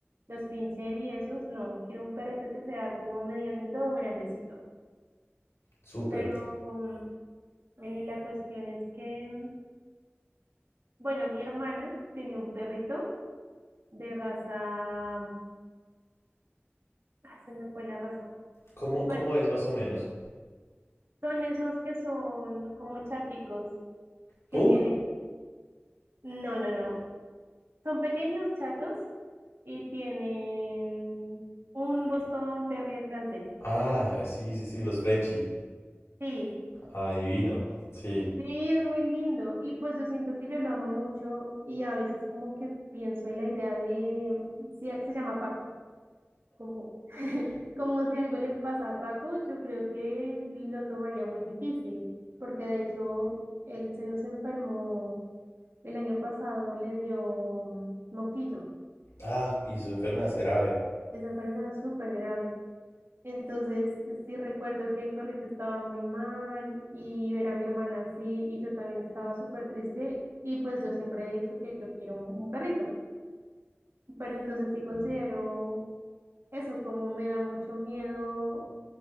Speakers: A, on the right (about 60°); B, on the left (about 85°).
A: los pincher y esos, no. Quiero un perrito que sea como medianito o grandecito.
B: Súper.
A: Pero mm, eh, la cuestión es que, mm, bueno, mi hermana tiene un perrito de raza, mm, ah, se me fue la raza.
B: ¿Cómo,
A: Bueno,
B: cómo es más o menos?
A: son esos que son como chaticos
B: ¿Pug?
A: que tienen, no, no, no. Son pequeños, chatos y tienen un Boston Terrier francés.
B: Ah, eh, sí, sí, sí, los Frenchie.
A: Sí,
B: Adivino, sí.
A: sí, es muy lindo y pues yo siento que yo lo amo mucho y a veces como que pienso en la idea de, se, se llama Paco, como, <laughs> como si algo le pasa a Paco, yo creo que lo tomaría muy difícil, porque de hecho él se nos enfermó el año pasado, le dio mm, moquillo,
B: Ah, y su enfermedad es grave.
A: esa enfermedad súper grave. Entonces, sí recuerdo que el perrito estaba muy mal y ver a mi hermana así y yo también estaba súper triste y pues yo siempre he dicho que yo quiero un, un perrito, pero entonces sí considero eso como me da mucho miedo